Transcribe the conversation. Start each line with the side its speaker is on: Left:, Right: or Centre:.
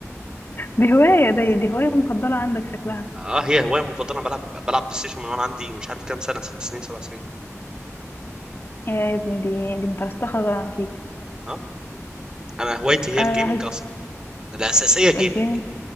Left: دي هوايه دي دي هوايه مفضله عندك شكلها
Right: اه هي هوايه مفضله أنا بلعب بلعب بلاي ستيشن من وانا عندي مش عارف كام سنه ست سنين سبع سنين
Left: يا ابني دي دي مترسخه بقى فيك
Right: اه انا هوايتي هي
Left: آه
Right: الجيمنج
Left: عايزه
Right: اصلا. الاساسيه جيمنج
Left: الجيمنج